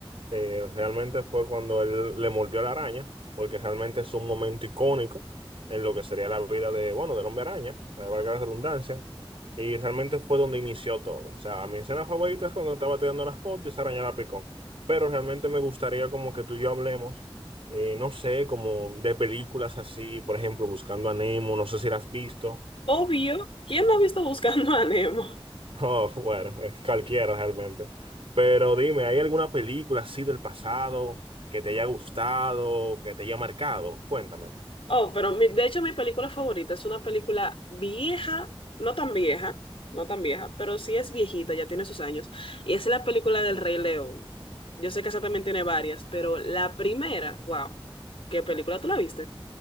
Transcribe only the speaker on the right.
eh, realmente fue cuando él le mordió la araña, porque realmente es un momento icónico en lo que sería la vida de, bueno, del hombre araña, para valga la redundancia, y realmente fue donde inició todo. O sea, mi escena favorita es cuando estaba tirando las fotos y esa araña la picó. Pero realmente me gustaría como que tú y yo hablemos, eh, no sé, como de películas así, por ejemplo, Buscando a Nemo, no sé si la has visto
Oh, bueno, es cualquiera realmente. Pero dime, ¿hay alguna película así del pasado que te haya gustado, que te haya marcado? Cuéntame.